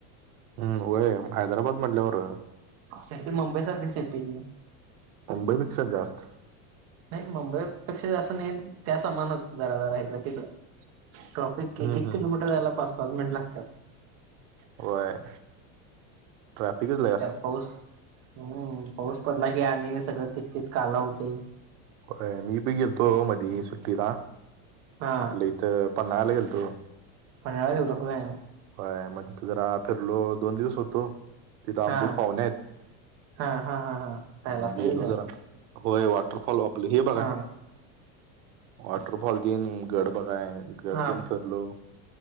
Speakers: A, on the right (about 85°); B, on the right (about 35°).
A: हम्म वय हैदराबाद म्हणल्यावर
B: सिटी मुंबई सारखी सिटी.
A: मुंबईपेक्षा जास्त.
B: नाही मुंबईपेक्षा जास्तं नाही त्या सामानच जराजरा इकड तिकडं. ट्रॉफिक
A: हम्म
B: एक एक
A: हम्म
B: किलोमिटर
A: हम्म
B: जायला पाच पाच मिनिट लागत्यात.
A: व्हय. ट्राफिकच लय
B: त्यात पाऊस हम्म पाऊस पडला की आणि सगळं किच किच काला उडतोय.
A: होय मी बी गेलतो मधी सुट्टीला
B: हा
A: आपल्या इथं पन्हाळ्याला गेलतो.
B: पन्हाळ्याला गेलतात व्हय.
A: होय म्हणजे त जरा फिरलो दोन दिवस होतो तिथं आमचे
B: हा
A: पाहुणे आहेत.
B: हा हा हा हा राहिलास
A: मग गेलो
B: काय तिथं
A: जरा होय वॉटरफॉल आपलं हे बघाय.
B: हा
A: वॉटरफॉल तिन गड बघाय. गड
B: हा
A: तेन फिरलो